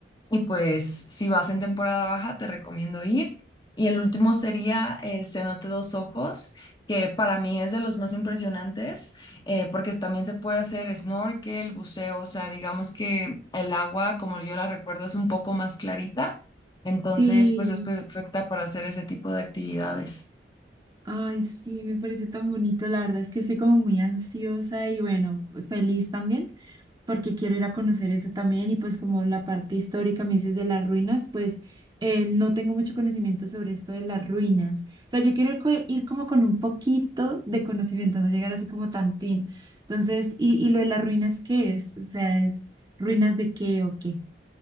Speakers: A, on the left; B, on the right.
A: y pues si vas en temporada baja, te recomiendo ir. Y el último sería el cenote dos ojos, que para mí es de los más impresionantes, eh, porque también se puede hacer snorkel, buceo, o sea, digamos que el agua, como yo la recuerdo, es un poco más clarita. Entonces,
B: Sí.
A: pues es perfecta para hacer ese tipo de actividades.
B: Ay, sí, me parece tan bonito. La verdad es que estoy como muy ansiosa y bueno, pues, feliz también porque quiero ir a conocer eso también y pues como la parte histórica me dices de las ruinas, pues eh, no tengo mucho conocimiento sobre esto de las ruinas. O sea, yo quiero ir, co- ir como con un poquito de conocimiento, no llegar así como tantín. Entonces, ¿y, y lo de las ruinas qué es? O sea, ¿es ruinas de qué o qué?